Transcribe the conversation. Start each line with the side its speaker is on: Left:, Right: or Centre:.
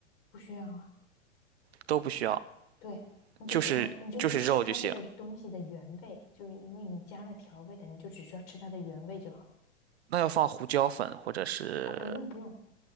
Left: 不需要啊。
Right: 都不需要，
Left: 对，你就然后你就是吃它这个东西的原味，
Right: 就是就是肉就行。
Left: 就是因为你加了调味的，你就只需要吃它的原味就好了
Right: 那要放胡椒粉或者是
Left: 啊，不用不用。